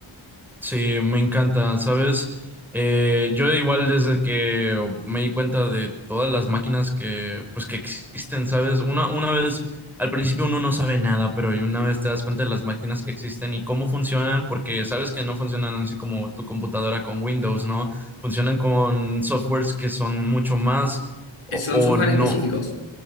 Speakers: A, in the centre; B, on the left.
A: sí, me encanta, ¿sabes? Eh, yo igual desde que me di cuenta de todas las máquinas que, pues, que existen, ¿sabes? Una, una vez, al principio uno no sabe nada, pero una vez te das cuenta de las máquinas que existen y cómo funcionan, porque sabes que no funcionan así como tu computadora con Windows, ¿no? Funcionan con softwares que son mucho más o,
B: Eh, Son
A: o
B: software
A: no,
B: específicos.